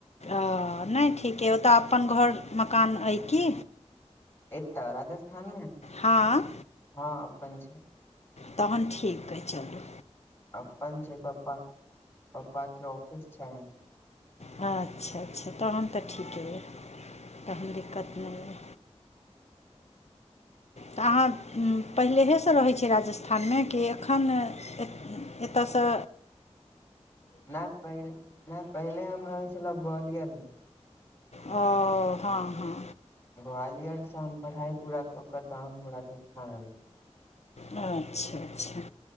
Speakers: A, on the left; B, on the left.
A: ओ नहि ठीक अइ ओतऽ अपन घर मकान अइ की
B: एत राजस्थान
A: हँ
B: हँ अपन छै
A: तहन ठीक अइ चलु
B: अपन छै पप्पा पप्पा के ऑफिस छै
A: अच्छा अच्छा तहन तऽ ठीके यऽ तहन दिक्कत नहि यऽ तऽ अहाँ पहिलेहे से रहै छै राजस्थान मे कि एखन एतऽ से
B: नहि पहिले नहि पहिले हम रहै छलहु ग्वालियर मे
A: ओ हँ हँ
B: ग्वालियरसँ हम पढ़ाइ पूरा कऽ कऽ तहन हम राजस्थान एलहु
A: अच्छा अच्छा